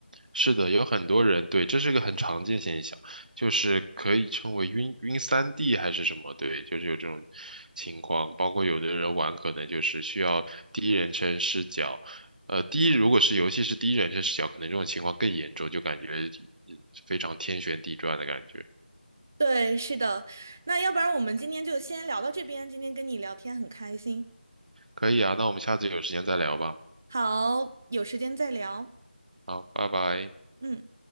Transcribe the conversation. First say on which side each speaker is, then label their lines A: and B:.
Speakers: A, on the right; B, on the right.
A: 是的，有很多人对，这是个很常见现象，就是可以称为晕晕三 d 还是什么，对，就是有这种情况。包括有的人玩可能就是需要第一人称视角，呃，第一如果是游戏是第一人称视角，可能这种情况更严重，就感觉呃非常天旋地转的感觉。
B: 对，是的。那要不然我们今天就先聊到这边，今天跟你聊天很开心。
A: 可以啊，那我们下次有时间再聊吧。
B: 好，有时间再聊。
A: 好，拜拜。
B: 嗯。